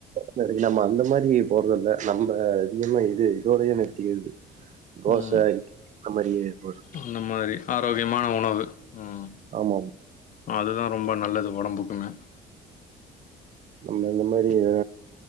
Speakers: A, on the right; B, on the left.
A: ந து நம்ம அந்த மாரி போறதில்ல நம்ப அதிகமா இது இதோடையே நிற்த்திகிற்து தோச
B: ம்.
A: இட்லி அந்த மாரி போய்றது
B: அந்த மாரி ஆரோக்கியமான உணவு. ம்.
A: ஆமா
B: அதுதான் ரொம்ப நல்லது ஒடம்புக்குமே
A: நம்ம இந்த மாரி அ